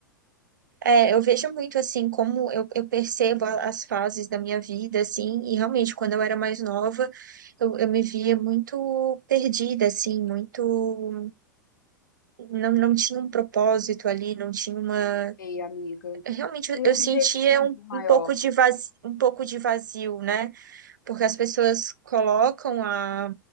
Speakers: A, on the right (about 65°); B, on the left (about 65°).
A: É, eu vejo muito assim como eu, eu percebo a- as fases da minha vida, assim, e realmente quando eu era mais nova, eu, eu me via muito perdida, assim, muito. Não, não tinha um propósito ali, não tinha uma.
B: Ei, amiga.
A: Realmente eu,
B: Um
A: eu
B: objetivo
A: sentia um,
B: maior.
A: um pouco de vazio um pouco de vazio, né? porque as pessoas colocam a,